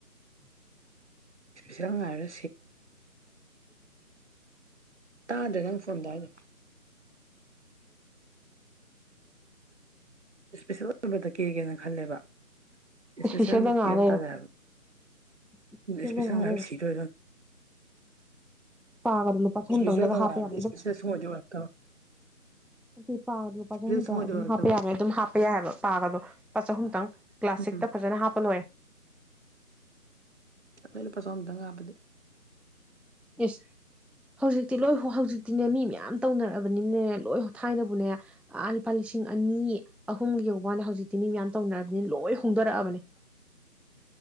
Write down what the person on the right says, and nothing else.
ꯏꯁꯄꯤꯁꯦꯜ ꯉꯥꯏꯔ
ꯇꯥꯗ ꯅꯪ ꯐꯣꯟꯗ ꯍꯥꯏꯅ
ꯏꯁꯄꯤꯁꯦꯜ ꯑꯣꯏꯕꯗ ꯀꯦꯒꯦꯅ ꯈꯜꯂꯦꯕ ꯏꯁꯄꯤꯁꯦꯜꯗꯗꯤ
ꯀꯦ ꯍꯥꯏꯕ
ꯇꯥꯔꯦ ꯍꯥꯏꯕ
ꯏꯁꯄꯤꯁ
ꯍꯥꯏ
ꯁꯤꯠ
ꯏꯁꯄꯤꯁꯦꯜꯗ ꯉꯥꯏꯔꯕꯗꯤ
ꯏꯁꯄꯤꯁꯦꯜ ꯁꯨꯡꯑꯣꯏꯗꯤ ꯑꯣꯏꯔꯛꯇꯕ
ꯏꯁꯄꯤꯁꯦꯜ
ꯁꯨꯡꯑꯣꯏꯗꯤ
ꯑꯣꯏꯔꯛꯇꯕ
ꯎꯝ
ꯂꯩꯩꯅ ꯄꯩꯁꯥ ꯑꯃꯝꯇꯪ ꯍꯥꯞꯄꯗꯤ